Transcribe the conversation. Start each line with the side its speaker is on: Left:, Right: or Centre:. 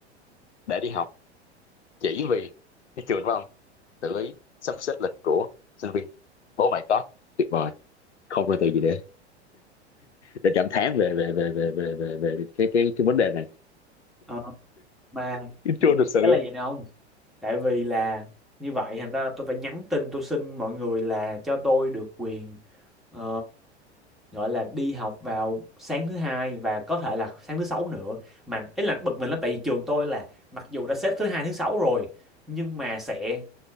Left: để đi học chỉ vì cái trường phải không tự ý sắp xếp lịch của sinh viên oh my god tuyệt vời không có từ gì để để cảm thán về về về về về về, về cái cái cái vấn đề này
Centre: ờ, mà
Left: Chứ
Centre: bực
Left: chưa
Centre: mình
Left: thực sự
Centre: cái là gì nào không tại vì là như vậy thành ra tôi phải nhắn tin tôi xin mọi người là cho tôi được quyền ờ, gọi là đi học vào sáng thứ hai và có thể là sáng thứ sáu nữa mà ý là bực mình lắm tại vì trường tôi là mặc dù đã xếp thứ hai thứ sáu rồi nhưng mà sẽ